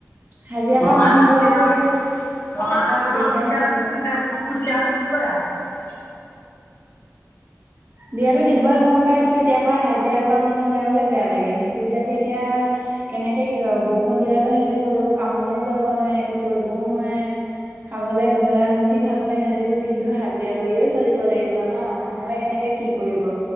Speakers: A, on the right (about 40°); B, on the left (about 50°).
A: হাজিৰা
B: নলায়-
A: কৰা মানুহবোৰে
B: নৰ্দমা
A: যে
B: নলা- নৰ্দমা
A: দিগদাৰ
B: পুতি
A: হৈ
B: আজৰি
A: যায়
B: কৰিছে, বৰষুণ দিয়াতো দিবই আৰু।
A: দিয়াতো দিবই, গম পাইছো এতিয়া আকৌ হাজিৰা কৰা মানুহ বিলাকলৈ বেয়া লাগে, সিহঁতি বিলাকে এতিয়া কেনেকে কি কৰিব, বৰষুণ দিলে তো আকৌ সিহঁতি কলৈকো কামলৈও যাব নোৱাৰে, একো কৰিবও নোৱাৰে। খাবলৈ দুবেলা- দুমুঠি খাবলৈ সিহঁতি দিনটো হজিৰা কৰিয়ে চলিব লাগিব ন, নহলে কেনেকে কি কৰিব।